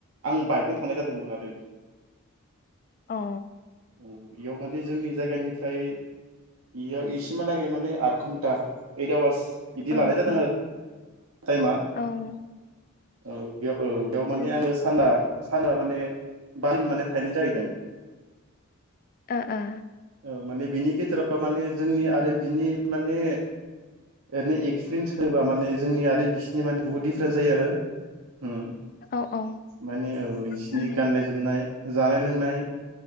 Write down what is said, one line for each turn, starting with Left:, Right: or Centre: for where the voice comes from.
Right: आं बाइकजों थांनाय जादोंमोन आरो
Left: औ
Right: ओ इयाव माने जोंनि जायगानिफ्राय इयाव इसिमा लागे माने आद घन्टा एइद आवार्स बिदि
Left: औ
Right: लानाय जादों
Left: औ
Right: आरो टाइमा
Left: औ उम
Right: औ बेयाव औ बेयाव माने
Left: ओ
Right: आङो साना साना माने बान माने थाहैनाय जाहैदों।
Left: ओ ओ
Right: ओ माने बिनि गेजेराव ओ माने जोंनि आरो बिनि माने ओरैनो इक्सपिरियेन्स होबा माने जोंनि आरो बि सिनि माने बुहुथ दिडिफारेन्स जायो आरो हुम
Left: ओ औ औ उम
Right: माने औ इसिनि
Left: उम
Right: गाननाय जोमनाय जानाय लोंनाय